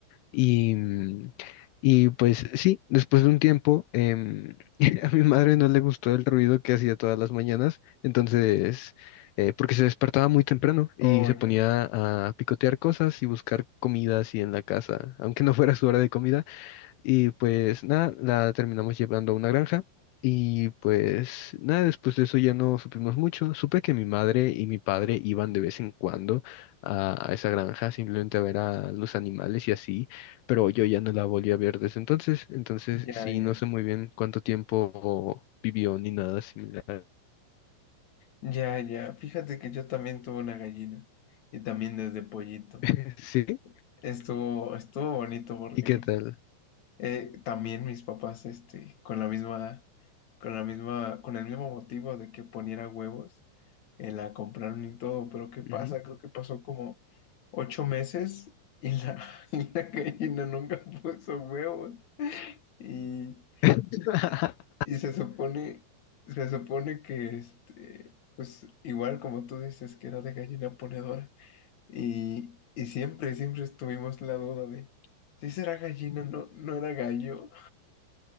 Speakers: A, on the left; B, on the left.
A: Y, mm, y pues sí, después de un tiempo, em, <laughs> a mi madre no le gustó el ruido que hacía todas las mañanas, entonces, eh, porque se despertaba muy temprano y
B: oh,
A: se
B: ya,
A: ponía a picotear cosas y buscar comida así en la casa, aunque no fuera su hora de comida, y pues nada, la terminamos llevando a una granja. Y pues nada, después de eso ya no supimos mucho. Supe que mi madre y mi padre iban de vez en cuando a, a esa granja simplemente a ver a los animales y así, pero yo ya no la volví a ver desde entonces. Entonces
B: ya,
A: sí,
B: ya,
A: no sé muy bien cuánto tiempo vivió ni nada similar.
B: ya, ya. Fíjate que yo también tuve una gallina y también desde pollito.
A: <laughs> ¿Sí?
B: Estuvo, estuvo bonito porque
A: ¿Y qué tal?
B: eh, también mis papás, este, con la misma, con la misma, con el mismo motivo de que poniera huevos, eh, la compraron y todo. Pero ¿qué pasa?
A: Ujú.
B: Creo que pasó como ocho meses y la, <laughs> y la gallina nunca <laughs> puso huevos. Y,
A: <laughs>
B: y- y se supone, se supone que este, pues igual como tú dices que era de gallina ponedora. Y, y siempre, siempre estuvimos la duda de si será gallina, no, no era gallo.